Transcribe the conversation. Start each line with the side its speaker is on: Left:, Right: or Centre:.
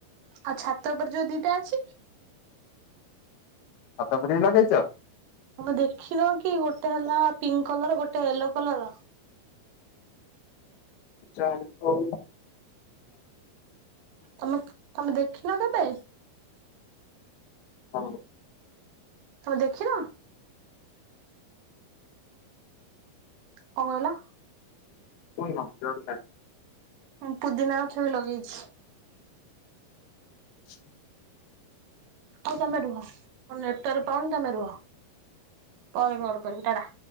Right: ଆଉ ଛାତ ଉପରେ ଯୋଉ ଦିଟା ଅଛି
Left: ଛାତ ଉପରେ ବି ଲଗେଇଛ।
Right: ହମ ଦେଖିନ କି ଗୋଟେ ହେଲା ପିଙ୍କ କଲର ଗୋଟେ ୟେଲୋ କଲର
Left: <unintelligible>
Right: ତମେ ତମେ ଦେଖିନ କେବେ?
Left: ହଁ
Right: ତମେ ଦେଖିନ କଣ କହିଲ?
Left: <unintelligible>
Right: ଉଁ ପୁଦିନା ଗଛ ବି ଲଗେଇଛି।
Left: ଛ
Right: ଆଉ ତମେ ରୁହ ମୋ ନେଟୱର୍କ ପାଉନି ତମେ ରୁହ ପରେ କଲ୍ କରିବି ଟା ଟା।